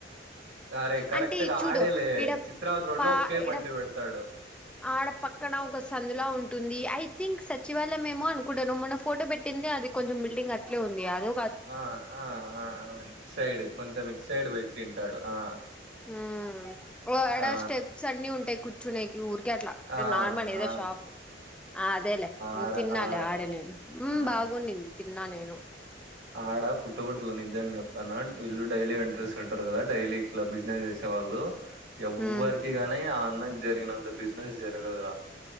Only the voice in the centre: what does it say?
అంటే చూడు
ఇడ
పా
ఇడ
ఆడ పక్కన ఒక సందులా ఉంటుంది ఐ థింక్ సచివాలయయం ఏమో అనుకుంటాను మొన్న ఫోటో పెట్టి ంది అది కొంచెం బిల్డింగ్ అట్లే ఉంది అదు
హ ఆడా
స్టెప్స్ అన్ని ఉంటాయి కూర్చునేకి ఊరు అట్లా అంటే
నార్మల్ ఏదో
షాపు ఆ అదేలే
తిన్నాలే
ఆడేలె హ్మ్మ్
బాగుంది తిన్నా నేను
ఉమ్